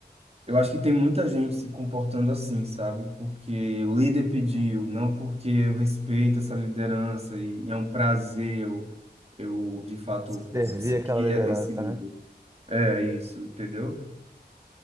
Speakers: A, on the right; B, on the right.
A: eu acho que tem muita gente se comportando assim, sabe? Porque o líder pediu, não porque eu respeito essa liderança e, e é um prazer eu, eu, de fato,
B: Servir
A: seguir
B: aquela liderança,
A: esse líder. É isso, entendeu?